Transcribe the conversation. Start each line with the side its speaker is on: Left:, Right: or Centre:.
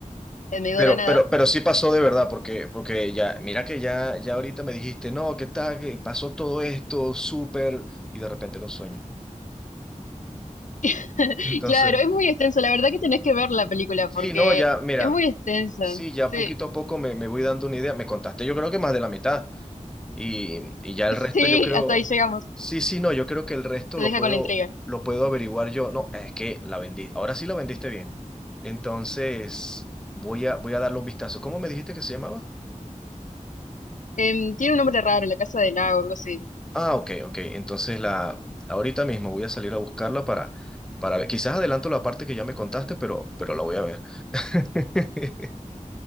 Left: en medio
Centre: Pero,
Left: de la nada.
Centre: pero, pero sí pasó de verdad, porque, porque ya, mira que ya, ya ahorita me dijiste, no, ¿qué tal? Que pasó todo esto, súper, y de repente era un sueño.
Left: <laughs>
Centre: <laughs> Entonces,
Left: Claro, es muy extenso. La verdad que tenés que ver la película
Centre: sí,
Left: porque
Centre: no, ya, mira,
Left: es muy extensa.
Centre: sí, ya
Left: Sí,
Centre: poquito a poco me, me voy dando una idea. Me contaste, yo creo que más de la mitad. Y, y ya el
Left: sí,
Centre: resto yo creo,
Left: hasta ahí llegamos.
Centre: sí, sí, no, yo creo que el resto
Left: Te
Centre: lo
Left: deja
Centre: puedo,
Left: con la intriga.
Centre: lo puedo averiguar yo. No, es que la vendí, ahora sí la vendiste bien. Entonces, voy a, voy a darle un vistazo. ¿Cómo me dijiste que se llamaba?
Left: Em, tiene un nombre raro, La Casa del Lago, algo así.
Centre: Ah, ok, ok. Entonces, la, ahorita mismo voy a salir a buscarla para, para ver. Quizás adelanto la parte que ya me contaste, pero, pero la voy a ver. <laughs>